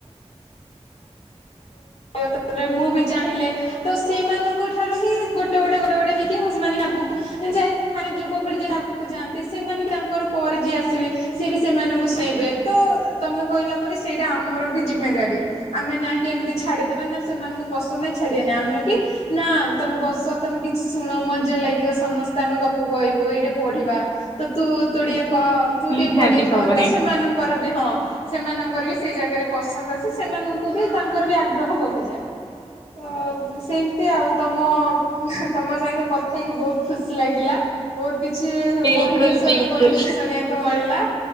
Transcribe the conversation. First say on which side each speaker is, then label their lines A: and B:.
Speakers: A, on the left; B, on the left.
A: ତାପରେ ମୁଁ ବି ଚାହିଁଲେ ତ ସେମାନଙ୍କ ଠାରୁ ହିଁ ଗୋଟେ ଗୋଟେ ଗୋଟେ ଗୋଟେ ହେଇକି ହଁ ସେମାନେ ଆଗକୁ। ଯାଇ ଥାନେ ଯୁବପିଢି ଯେମିତି ଆଗକୁ ଯାଆନ୍ତି ସେମାନେ ବି ତାଙ୍କର ପରେ ଯିଏ ଆସିବେ। ସିଏ ବି ସେମାନଙ୍କୁ ଶୁଣେଇବେ ତ ତମେ କହିଲା ପରେ ସେଇଟା ଆମର ବି ଜିମେଦାରି। ଆମେ ନା କି ଏମିତି ଛାଡିଦବା ନା ସେମାନଙ୍କୁ ପସନ୍ଦ ନାଇଁ ଛାଡିବାନି ଆମେ ବି। ନା ତମେ ବସ ତମେ କିଛି ଶୁଣ ମଜା ଲାଗିବ ସମସ୍ତେ ଆମେ ଗପ କହିବୁ ଏଇଟା ପଢିବା। ତ ତୁ ତୁ ଟିକେ କହ ତୁ
B: ନିହାତି
A: ଟିକେ ପଢିକି
B: ଭାବରେ।
A: କ ତ ସେମାନଙ୍କର ବି ହଁ। ସେମାନଙ୍କର ବି ସେଇ ଜାଗାରେ ପସନ୍ଦ ଆସେ ସେମାନଙ୍କୁ ବି ତାଙ୍କର ବି ଆଗ୍ରହ ବଢିଯାଏ। ଅ ସେମିତି ଆଉ ତମ ତମ ସହିତ କଥା ହେଇକି ବହୁତ ଖୁସି ଲାଗିଲା। ବହୁତ କିଛି
B: ବିଲକୁଲ
A: ବହି ବିଷୟରେ
B: ବିଲକୁଲ
A: ବି ବହୁତ କିଛି ଶୁଣିବାକୁ ମିଳିଲା